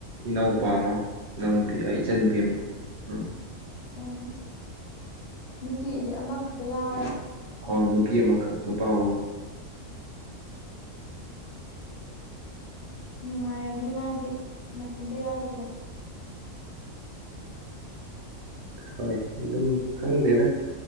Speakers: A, on the right (about 60°); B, on the left (about 55°).
A: ꯏꯅꯥꯎꯄꯥ ꯑꯃ ꯏꯅꯥꯎꯅꯨꯄꯤ ꯑꯩ ꯏꯆꯟꯅꯨꯄꯤ ꯑꯃ ꯎꯝ
B: ꯑꯣ ꯅꯨꯄꯤ ꯑꯩꯗꯤ ꯑꯃꯈꯛꯇ ꯌꯥꯎꯔꯦ
A: ꯑꯣ ꯅꯨꯄꯤ ꯑꯃꯈꯥꯛ ꯅꯨꯄꯥ ꯑꯍꯨꯝ
B: ꯅꯨꯡꯉꯥꯏꯔꯝꯅꯤ ꯃꯥꯗꯤ ꯃꯊꯟꯇ ꯌꯥꯎꯕꯗꯣ
A: ꯍꯣꯏ ꯑꯗꯨꯝ ꯈꯪꯗꯦꯗ